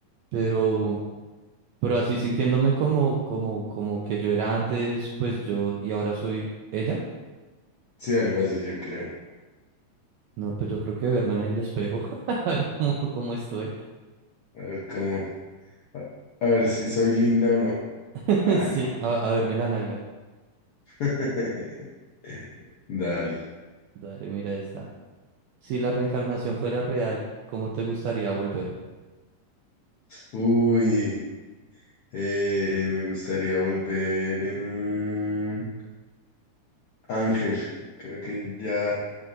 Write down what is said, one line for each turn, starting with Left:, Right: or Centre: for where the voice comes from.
Right: Pero, pero así sintiéndome como, como, como que yo era antes, pues yo y ahora soy ella.
Left: Sí, algo así yo creo.
Right: No, pues yo creo que verme en el espejo, <laughs> a ver cómo, cómo estoy.
Left: A ver cómo, a, a ver si soy linda o no.
Right: <laughs>
Left: Ah,
Right: Sí, a, a verme la nalga.
Left: <laughs> Dale.
Right: Dale, mira esta. Si la reencarnación fuera real, ¿cómo te gustaría volver?
Left: Uy, eh, me gustaría volver en un ángel. Creo que ya